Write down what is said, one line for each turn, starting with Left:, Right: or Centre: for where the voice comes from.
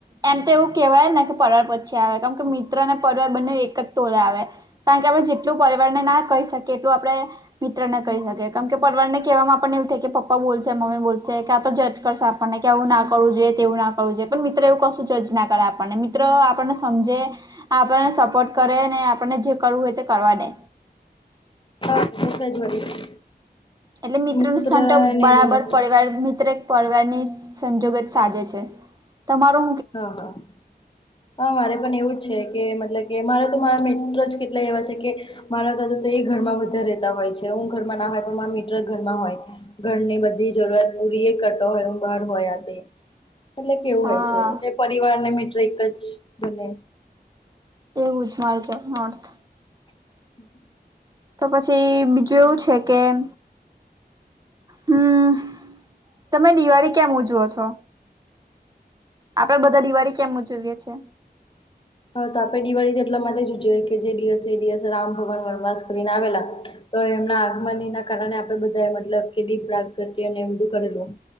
Right: એમ તો એવું કેહેવાય ને કે પરિયર પછી આવે કેમ કે મિત્ર ને પરીવાર બંને એક જ તોલે આવે. કારણ કે આપણે જેટલું પરિવારને ના કહી શકીએ એટલું આપણે મિત્ર ને કહી શકે કેમ કે પરિવારને કહેવામાં પણ એવું થાય કે પપ્ પપ્પા બોલશે મમ્મી બોલશે કે આ તો જજ કરશે આપણને કે એવું ના કરવું જોઈએ તેવું ના કરવું જોયે પણ મિત્ર એવું કશું જજ ના કરે આપણને મિત્ર આપણને સમજે આપણને સપોર્ટ કરે ને આપણને જે કરવું હોય તે કરવા દે.
Left: હા <inaudible>
Right: એટલે મિત્રોનું
Left: મિત્ર
Right: સન્ટો
Left: ને
Right: બરાબર
Left: બને
Right: પરિવાર મિત્ર પરવારની સંજોગત સાજે છે તમારુ
Left: હા હા હા મારે પણ એવું જ છે કે મતલબ કે મારે તો મારા મિત્ર જ કેટલા એવા છે કે. મારા કરતા તો એ ઘરમાં વધારે રહેતા હોય છે હું ઘરમાં ના હોય પણ મારા મિત્ર ઘરમાં હોય ઘરની બધી જરૂરાત પૂરી એ કરતો હોય હુ બહાર હોય આ તે એટલે કેવું
Right: હા
Left: હોય છે એટલે પરિવારને મિત્ર એક જ બને
Right: એવું જ માર્ગ નોર્થ.
Left: <inaudible>
Right: તો પછી બીજું એવું છે કે એમ હમ્મ તમે દિવાળી કેમ ઉજવો છો.
Left: <inaudible>
Right: આપડે બધા દિવાળી કેમ ઉજવિયે છે
Left: હા તો આપે દિવાળી એટલા માટે જ જોઈએ કે જે દિવસે એ દિવસે રામ ભગવાન વનવાસ કરીને આવેલા. તો એમના આગમની ના કારણે આપડે બધા મતલબ કે દીપ પ્રગતિયે ને એ બધું કરેલું.